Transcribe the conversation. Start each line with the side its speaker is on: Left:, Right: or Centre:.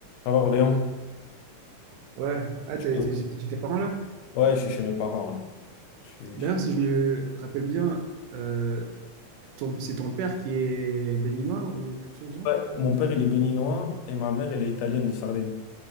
Left: Alors Léon,
Right: Ouais, ah,
Left: Tu-
Right: t'es t'es- t'es chez tes parents là?
Left: ouais, je suis chez mes parents là. Je suis
Right: D'ailleurs,
Left: chez-
Right: si je me rappelle bien, euh, ton- c'est ton père qui est béninois ou quelque chose du genre?
Left: Ouais, mon père il est béninois et ma mère elle est italienne de Sardaigne.